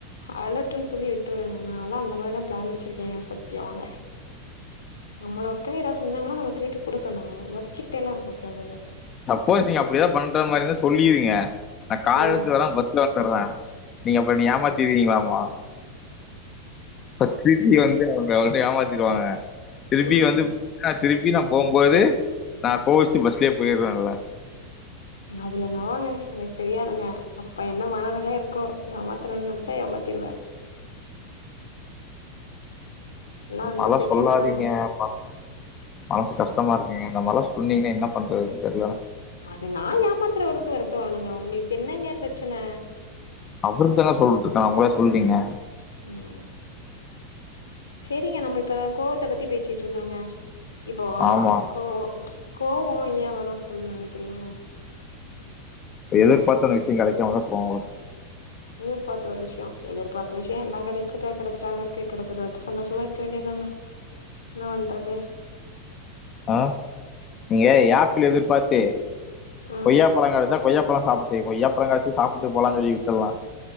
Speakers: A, on the left; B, on the left.
A: அழட்டுன்னு சொல்லி விட்டுருவங்க நான்லா அந்த மாரிதா பிளான் வச்சிருக்கேங்க சத்தியமாங்க நம்மள ஒருத்தவங்க ஏதாவது செஞ்சாங்கன்னா நம்ம திருப்பி குடுக்கணுங்க வச்சுக்கிட்டேலா இருக்க கூடாது அத
B: சப்போஸ் நீங்க அப்டிதா பண்ற மாரி இருந்தா சொல்லிருங்க நா கார்
A: ம்
B: எடுத்து வராம பஸ்ல வந்தட்ற நீங்க அப்ப என்ன ஏமாத்திருவீங்களாமா ப திருப்பி வந்தா ஒரு ஒடனே ஏமாத்திருவாங்க திருப்பி
A: ம்
B: வந்து கா திருப்பி நா போம்போது நா ஓஸ்ச்சி பஸ்லே போயிருவேலே
A: அது என்னாவோங்கே எனக் தெரியாதங்கே அப்ப என்னா மனநெல இர்க்கோ ஏமாத்தரன் நெனச்சா ஏமாத்திருவே எல்லா அந்த
B: மாலா
A: செகண்ட்
B: சொல்லாதீங்கே
A: தாங்க
B: மா மனசு கஷ்டமா இருக்குங்கே இந்த மார்லா சொன்னீங்னா என்னா பண்றது தெர்லா எனக்
A: அது நா ஏமாத்துறவருக்கு வருத்தோ வரணுங்கே உங்குளுக்கென்னங்கே பிரச்சனே
B: அவுருக்தாங்க நா சொல்ட்ருக்கே நா உங்கள சொல்லீங்கே
A: ம் செரிங்க நம்ம இப்பதா கோவத்த பத்தி பேசீட்ருந்தோங்கே இப்போ
B: ஆமா
A: கோவோ ச்ச கோவோ ஏ வரோன் சொல்லுன் நெனக்கிறீங்கே
B: எதிர்பாத்தன விஷ்யு கெடைக்காமதா கோவோ வரோ
A: எதிர்பாத்த ஒரு விஷ்யோ எதிர்பாத்த விஷ்யோ எல்லாங் கெடச்சிட்டா கெடச்சுட்டாங்க இருக்கு கெடச்சத வெச்சு சந்தோஷமா இருக்க வேண்டியதாங்கே என்னாவண்றது
B: ஆ நீங்கே யாப்பிள் எதிர்பாத்து
A: ம்
B: கொய்யா பழங்கெடச்சா கொய்யா பழோ சாப்ட்டே செய் கொய்யாப்பழங் கெடச்சி சாப்புட்டு போலான் சொல்லி விட்டுல்லா